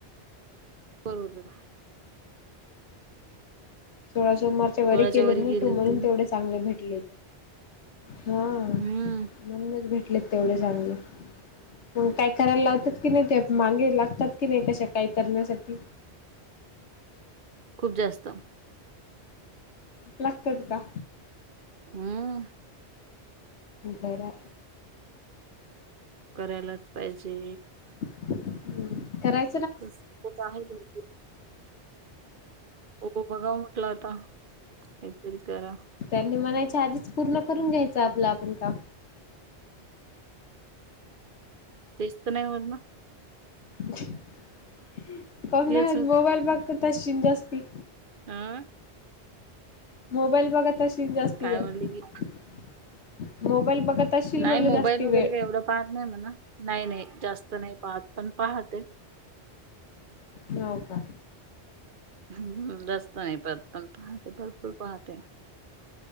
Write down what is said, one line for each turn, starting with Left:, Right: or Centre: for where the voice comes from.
Right: <unintelligible>
Left: सोळा सोमवारी वरी
Right: सोळाच्या
Left: केलेत ना
Right: गेली
Left: तू म्हणून
Right: होती ना
Left: तेवढेच चांगले भेटले हा
Right: हम्म
Left: म्हणूनच भेटलेत तेवढे चांगले मग काय करायला लागतात की नाही ते मागे लागतात की नाही कशा काय करण्यासाठी
Right: खूप जास्त
Left: लागतात का
Right: हम्
Left: बरं
Right: करायलाच पाहिजे
Left: हम कराय
Right: <unintelligible> हो बघा म्हटलं आता एकच करा
Left: त्यांनी म्हणायच्या आधीच पूर्ण करून घ्यायचं आपलं आपण काम
Right: तेच तर नाही हो ना
Left: <inaudible> <unintelligible>
Right: तेच
Left: मोबाईल बघ तशी जास्ती
Right: हा
Left: मोबाईल बघत असशील <unintelligible>
Right: काय म्हणले की
Left: मोबाईल बघत असशील
Right: नाही
Left: म्हणले
Right: मोबाईल
Left: जास्ती
Right: वगैरे
Left: वेळ
Right: काही एवढं पाहत नाही म्हणा नाही नाही जास्त नाही पाहत पण पाहते
Left: न व का
Right: हम् जास्त नाही प पण पाहते भरपूर पाहते